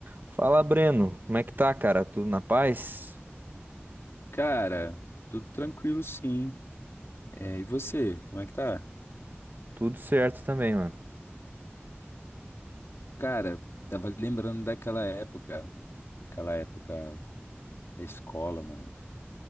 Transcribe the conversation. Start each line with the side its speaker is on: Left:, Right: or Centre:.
Right: Fala, Breno. Como é que tá, cara? Tudo na paz?
Left: Cara, tudo tranquilo, sim. É, e você, como é que tá?
Right: Tudo certo também, mano.
Left: Cara, tava lembrando daquela época, aquela época da escola, mano.